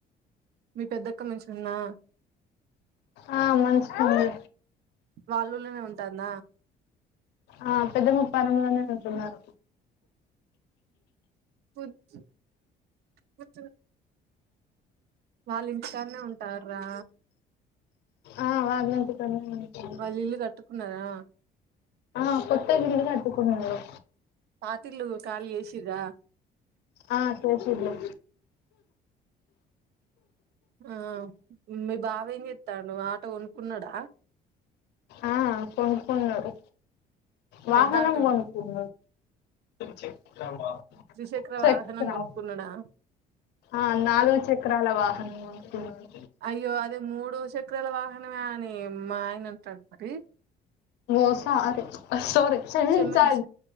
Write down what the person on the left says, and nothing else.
ఆ మంచిగుంది
ఆ పెద్ద ముప్పరంలోనే ఉంటున్నారు
ఆ వాళ్ళ ఇంటికాడనే ఉంటున్నారు
ఆ కొత్త గిల్లు కటుకున్నరు
ఆ చేసిల్లు
ఆ కొనుకున్నడు వాహనం
కొనుకున్నడు చెప్తనాగు
ఆ నాలుగు చక్రాల వాహనంగొనుకున్నాడు
ఓ సార సార చ